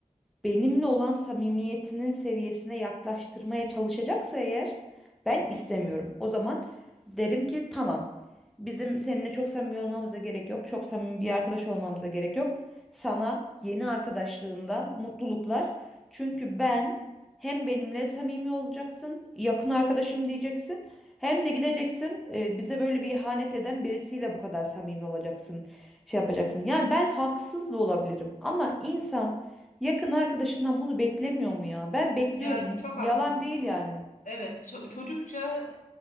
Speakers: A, in the centre; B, on the left.
A: benimle olan samimiyetinin seviyesine yaklaştırmaya çalışacaksa eğer ben istemiyorum. O zaman derim ki tamam. Bizim seninle çok samimi olmamıza gerek yok. Çok samimi bir arkadaş olmamıza gerek yok. Sana yeni arkadaşlığında mutluluklar. Çünkü ben hem benimle samimi olacaksın, yakın arkadaşım diyeceksin. Hem de gideceksin e, bize böyle bir ihanet eden birisiyle bu kadar samimi olacaksın, şey yapacaksın. Yani ben haksız da olabilirim ama insan Yakın arkadaşından bunu beklemiyor mu ya? Ben bekliyorum.
B: Yani çok
A: Yalan
B: haklısın.
A: değil yani.
B: Evet, ço- çocukça